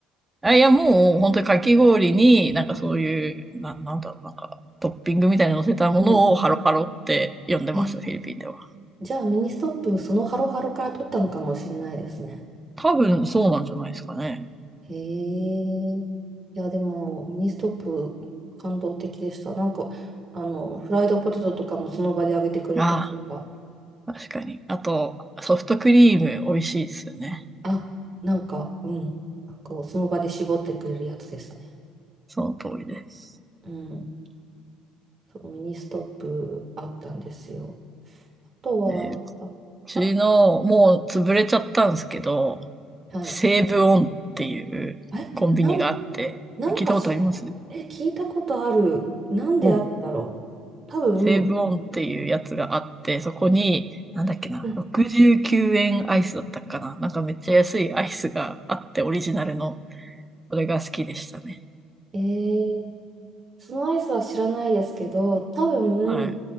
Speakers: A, on the right; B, on the right.
A: あ、いや、もう、本当にかき氷に、なんかそういう、な、なんだろう、なんか、トッピングみたいに乗せたものをハロハロって呼んでます、
B: うん。え、
A: フィリピンでは。
B: じゃあミニストップそのハロハロから取ったのかもしれないですね。
A: 多分そうなんじゃないですかね。
B: へえ。いや、でも、ミニストップ、感動的でした。なんか、あの、フライドポテトとかもその場で揚げてくれたりとか、
A: ああ、確かに。あと、ソフトクリーム美味しいですよね。
B: あ、なんか、うん、こう、その場で絞ってくれるやつですね。
A: その通りです。
B: うん。そう、ミニストップあったんですよ。あとは、
A: で、うちの、
B: あ、
A: もう潰れちゃったんですけど、
B: はい。
A: 西武オンっていうコンビニがあって、
B: え、なん、なんかし、
A: 聞いたことあります
B: え、聞いたことある。なんであるんだろう。
A: お、
B: 多分、
A: セーブオンっていうやつがあって、そこに、なんだっけな、
B: うん
A: 69円アイスだったかな。なんかめっちゃ安いアイスがあって、オリジナルの。それが好きでしたね。
B: えそのアイスは知らないですけど、多分、
A: はい。